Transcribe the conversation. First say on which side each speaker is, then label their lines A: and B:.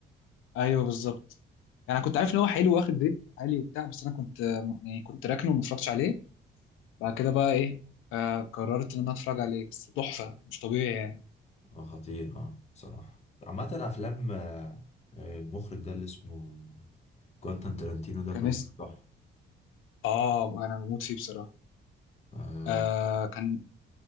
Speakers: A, on the left; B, on the left.
A: ايوه بالظبط يعني انا كنت عارف ان هو حلو واخد ريت عالي وبتاع بس انا كنت آه، يعني كنت راكنه وما اتفرجتش عليه بعد كده بقى ايه آه قررت ان انا اتفرج عليه بس تحفه مش طبيعي يعني
B: آه، خطير اه بصراحه عامه افلام آه، آه، المخرج ده اللي اسمه كوانتان ترنتينو ده
A: كان
B: كله
A: اسم
B: تحفه
A: اه انا بموت فيه بصراحه
B: آه،
A: آه كان